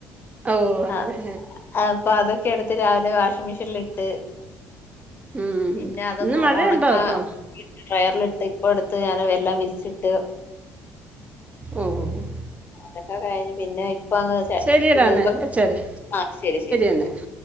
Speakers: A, on the right; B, on the left.
A: ഓ അങ്ങനെ
B: ആ അപ്പൊ അതൊക്കെ ഇടുത്ത് രാവിലെ വാഷിംഗ് മെഷീനിൽ ഇട്ട്.
A: ഉം
B: പിന്നെ അതൊന്ന്
A: ഇന്ന് മഴയുണ്ടോ
B: ഒണക്കാ
A: ഇപ്പം
B: ഡ്രയറൽ ഇട്ട് ഇപ്പ എടുത്ത് ഞാൻ എല്ലാം വിരിച്ചിട്ട്
A: ഓ ഓഓ
B: അതൊക്കെ കഴിഞ്ഞു പിന്നെ ഇപ്പ അങ്
A: ശരിയെടാ
B: കുഞ്ഞപ്പ
A: എന്നേ വെച്ചേരെ
B: ആ ശരി ശരി
A: എന്നേ
B: <unintelligible> <unintelligible> <unintelligible>